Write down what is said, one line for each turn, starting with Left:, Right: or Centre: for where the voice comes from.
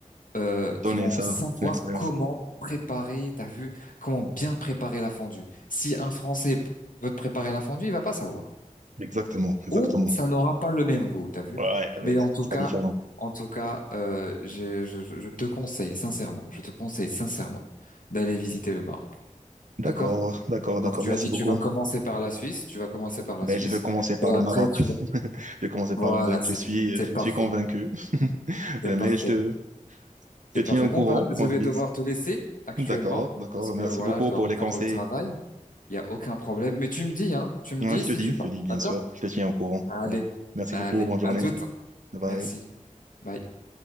Left: euh,
Right: Donner
Left: qui vont
Right: ça,
Left: savoir
Right: c'est une expérience.
Left: comment préparer, t'as vu, comment bien préparer la fondue. Si un Français p- veut te préparer la fondue, il va pas savoir.
Right: Exactement, exactement.
Left: Ou ça n'aura pas le même goût, t'as vu.
Right: Ouais, ouais,
Left: Mais en tout
Right: c'est
Left: cas,
Right: pas différent.
Left: en tout cas, euh, je, je, je je te conseille sincèrement, je te conseille sincèrement d'aller visiter le Maroc.
Right: D'accord,
Left: D'accord?
Right: d'accord, d'accord.
Left: Donc tu
Right: Merci
Left: as dit tu
Right: beaucoup.
Left: vas commencer par la Suisse, tu vas commencer par la
Right: Mais
Left: Suisse,
Right: je vais commencer par
Left: et
Right: le
Left: après
Right: Maroc.
Left: tu
Right: <laughs> Je
Left: vas...
Right: vais commencer
Left: Voilà,
Right: par le Maroc.
Left: c'est
Right: Je suis,
Left: c'est
Right: euh, je
Left: parfait.
Right: suis convaincu. <laughs>
Left: C'est
Right: Euh,
Left: parfait.
Right: Mais je te, je te
Left: C'est
Right: tiens
Left: parfait.
Right: au
Left: Bon,
Right: courant
Left: bah, je
Right: qu'on divise.
Left: vais devoir te laisser actuellement
Right: D'accord, d'accord.
Left: parce que
Right: Merci
Left: voilà,
Right: beaucoup
Left: je dois
Right: pour
Left: reprendre
Right: les conseils.
Left: le travail. Il n'y a aucun problème. Mais tu me dis, hein, tu me
Right: Ouais,
Left: dis
Right: je
Left: si
Right: te dis,
Left: tu pars.
Right: je te dis, bien
Left: D'accord?
Right: sûr. Je te tiens au courant.
Left: Allez,
Right: Donc, merci
Left: allez,
Right: beaucoup. Bonne journée.
Left: à toutes.
Right: Bye.
Left: Merci. Bye.